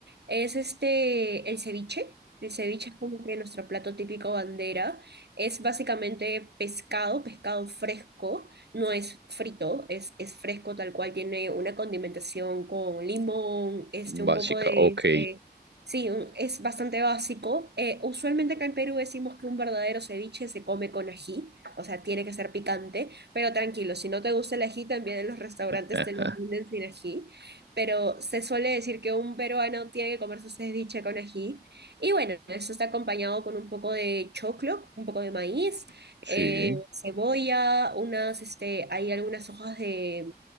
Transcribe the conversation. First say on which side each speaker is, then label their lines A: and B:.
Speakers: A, on the right; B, on the right.
A: es este, el ceviche. El ceviche es como que nuestro plato típico bandera. Es básicamente pescado, pescado fresco, no es frito, es, es fresco tal cual, tiene una condimentación con limón, este, un
B: Básica,
A: poco de,
B: ok.
A: este, sí, un- es bastante básico. Eh, usualmente acá en Perú decimos que un verdadero ceviche se come con ají, o sea, tiene que ser picante. Pero tranquilo, si no te gusta el ají, también en los restaurantes
B: Ajá.
A: te los venden sin ají. Pero se suele decir que un peruano tiene que comer su ceviche con ají. Y bueno, eso está acompañado con un poco de choclo, un poco de maíz,
B: Sí.
A: eh, cebolla, unas, este, hay algunas hojas de